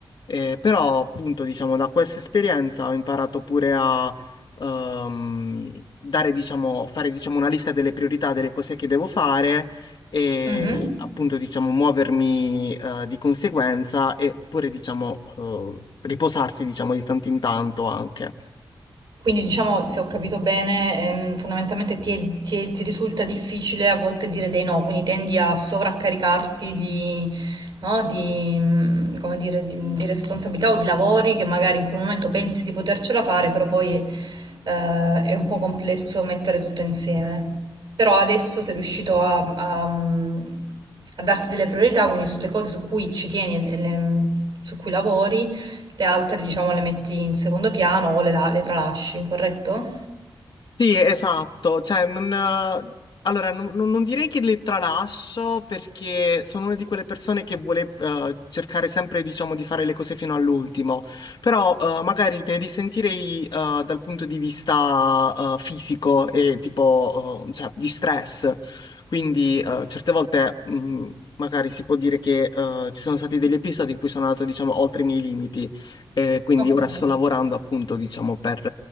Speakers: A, on the left; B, on the right.
A: Eh, però, appunto, diciamo, da questa esperienza ho imparato pure a ehm, dare, diciamo, fare, diciamo, una lista delle priorità delle cose che devo fare e
B: Mhm.
A: appunto diciamo muovermi eh, di conseguenza e pure diciamo eh, riposarsi diciamo di tanto in tanto anche.
B: Quindi diciamo, se ho capito bene, ehm, fondamentalmente ti, è- ti è- ti risulta difficile a volte dire dei no, quindi tendi a sovraccaricarti di, no, di, mm, come dire, di, di responsabilità o di lavori che magari in quel momento pensi di potercela fare, però poi eh, è un po' complesso mettere tutto insieme. Però adesso sei riuscito a, a, mm, a darti delle priorità, quindi su- le cose su cui ci tieni e le- su cui lavori le altre, diciamo, le metti in secondo piano o le, la- le tralasci, corretto?
A: Sì, esatto, cioè non, eh, allora, non, non- non direi che le tralasso perché sono una di quelle persone che vuole eh, cercare sempre, diciamo, di fare le cose fino all'ultimo, però eh, magari ne risentirei eh, dal punto di vista eh, fisico e tipo, eh, cioè, di stress, quindi eh, certe volte mh, magari si può dire che eh, ci sono stati degli episodi in cui sono andato, diciamo, oltre i miei limiti e quindi
B: Ok.
A: ora sto lavorando appunto, diciamo, per